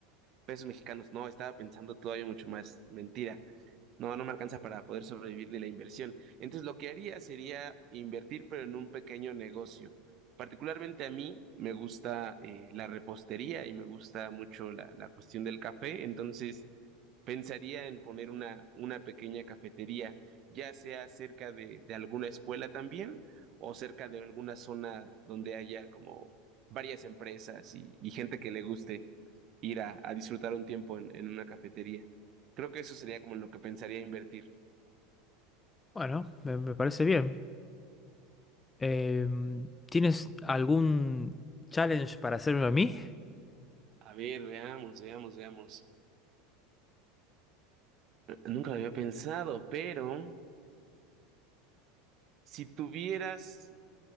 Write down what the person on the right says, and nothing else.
pesos mexicanos. No, estaba pensando todavía mucho más. Mentira. No, no me alcanza para poder sobrevivir de la inversión. Entonces, lo que haría sería invertir, pero en un pequeño negocio. Particularmente a mí me gusta eh, la repostería y me gusta mucho la, la cuestión del café. Entonces, Pensaría en poner una, una pequeña cafetería, ya sea cerca de, de alguna escuela también o cerca de alguna zona donde haya como varias empresas y, y gente que le guste ir a, a disfrutar un tiempo en, en una cafetería. Creo que eso sería como en lo que pensaría invertir.
A ver, veamos, veamos, veamos. Nunca lo había pensado, pero si tuvieras